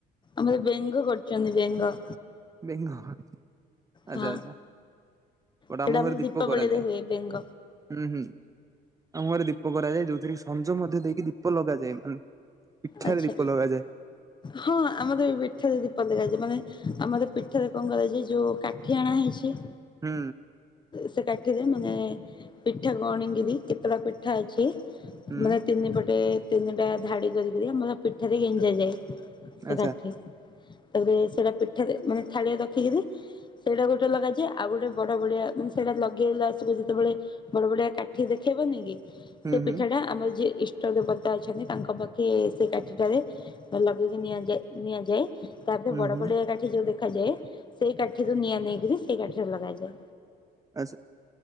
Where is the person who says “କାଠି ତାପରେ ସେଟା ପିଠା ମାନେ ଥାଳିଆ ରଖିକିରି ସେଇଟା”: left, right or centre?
Left